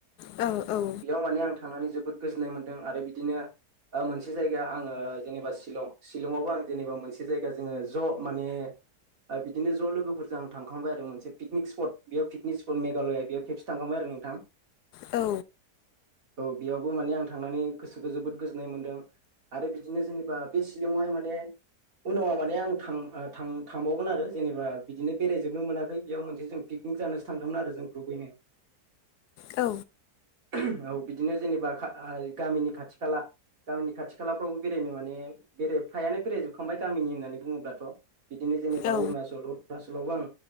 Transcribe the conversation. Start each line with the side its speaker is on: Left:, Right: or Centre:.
Left: औ औ
Right: बेयाव माने आं थांनानै जोबोद गोजोननाय मोन्दों आरो बिदिनो मोनसे जायगाया आङो जेनेबा शिलं शिलंआवबो आं जेनेबा मोनसे जायगा जोङो ज' माने बिदिनो ज' लोगोफोरजों आं थांखांबाय आरो मोनसे पिकनिक स्पट बेयाव पिकनिक स्पट मेघालया बेयाव खेबसे थांखांबाय आरो नोंथां।
Left: औ
Right: औ बेयावबो माने आं थांनानै गोसोखौ जोबोद गोजोननाय मोन्दों। आरो बिदिनो जेनेबा बे सिलिंआवहाय माने उनावा माने आं थां थांबावगोन आरो जेनेबा बिदिनो बेरायजोबनो मोनाखै बेयाव मोनसे जों पिक जानोसो थांदोंमोन आरो जों ग्रुबैनो
Left: औ
Right: औ बिदिनो जेनेबा गामिनि खाथि खाला गामिनि खाथि खालाफ्रावबो बेरायनो माने बेराय फ्रायानो बेरायजोबखांबाय गामिनि होननानै बुङोब्लाथ' बिदिनो जेनेबा
Left: औ
Right: अरुनाचल ‌ गोलावबा‌ आं